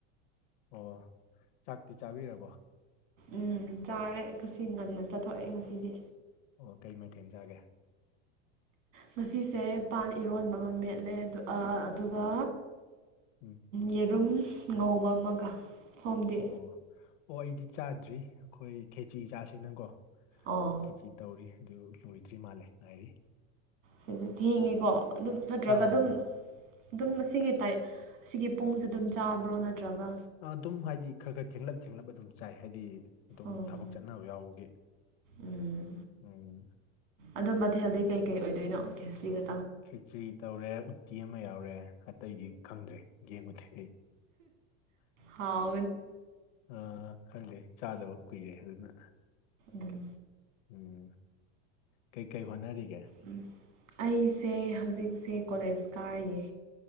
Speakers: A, on the left; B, on the right.
A: ꯑꯣ ꯆꯥꯛꯇꯤ ꯆꯥꯕꯤꯔꯕꯣ
B: ꯎꯝ ꯆꯥꯔꯦ ꯉꯁꯤ ꯉꯟꯅ ꯆꯠꯊꯣꯛꯑꯦ ꯉꯁꯤꯗꯤ
A: ꯑꯣ ꯀꯩ ꯃꯥꯏꯊꯦꯟꯖꯥꯒꯦ
B: ꯃꯁꯤꯁꯦ ꯄꯥꯟ ꯏꯔꯣꯟꯕ ꯑꯃ ꯃꯦꯠꯂꯦ ꯑꯗꯨꯒ
A: ꯎꯝ
B: ꯌꯦꯔꯨꯝ ꯉꯧꯕ ꯑꯃꯒ ꯁꯣꯝꯗꯤ
A: ꯑꯣ ꯑꯣ ꯑꯩꯗꯤ ꯆꯥꯗ꯭ꯔꯤ ꯑꯩꯈꯣꯏ ꯈꯦꯆ ꯆꯥꯁꯦꯅꯀꯣ
B: ꯑꯣ
A: ꯈꯦꯆ ꯇꯧꯔꯤ ꯑꯗꯨ ꯂꯣꯏꯗ꯭ꯔꯤ ꯃꯥꯜꯂꯦ ꯉꯥꯏꯔꯤ
B: ꯁꯤꯁꯨ ꯊꯦꯡꯉꯦꯀꯣ ꯑꯗꯨꯝ ꯅꯠꯇ꯭ꯔꯒ
A: ꯑꯥ
B: ꯑꯗꯨꯝ ꯑꯗꯨꯝ ꯑꯁꯤꯒꯤ ꯇꯥꯏꯞ ꯑꯁꯤꯒꯤ ꯄꯨꯡꯁꯦ ꯑꯗꯨꯝ ꯆꯥꯕ꯭ꯔꯣ ꯅꯠꯇ꯭ꯔꯒ
A: ꯑꯗꯨꯝ ꯍꯥꯏꯗꯤ ꯈꯔ ꯈꯔ ꯊꯦꯡꯂꯞ ꯊꯦꯡꯂꯞ ꯑꯗꯨꯝ ꯆꯥꯏ ꯍꯥꯏꯗꯤ ꯑꯗꯨꯝ
B: ꯎꯝ
A: ꯊꯕꯛ ꯆꯠꯅꯕ ꯌꯥꯎꯕꯒꯤ
B: ꯎꯝ
A: ꯎꯝ
B: ꯑꯗꯣ ꯃꯊꯦꯜꯗꯤ ꯀꯩ ꯀꯩ ꯑꯣꯏꯗꯣꯏꯅꯣ ꯈꯦꯁꯇ꯭ꯔꯤꯒ
A: ꯈꯦꯆꯔꯤ ꯇꯧꯔꯦ ꯎꯇꯤ ꯑꯃ ꯌꯥꯎꯔꯦ ꯑꯇꯩꯗꯤ ꯈꯪꯗ꯭ꯔꯦ ꯌꯦꯡꯉꯨꯗꯦ ꯑꯩ
B: ꯍꯥꯎ
A: ꯑ ꯈꯪꯗꯦ ꯆꯥꯗꯕ ꯀꯨꯏꯔꯦ ꯑꯗꯨꯅ
B: ꯎꯝ
A: ꯎꯝ ꯀꯩꯀꯩ ꯍꯣꯠꯅꯔꯤꯒꯦ
B: ꯎꯝ ꯑꯩꯁꯦ ꯍꯧꯖꯤꯛꯁꯦ ꯀꯣꯂꯦꯖ ꯀꯥꯔꯤꯌꯦ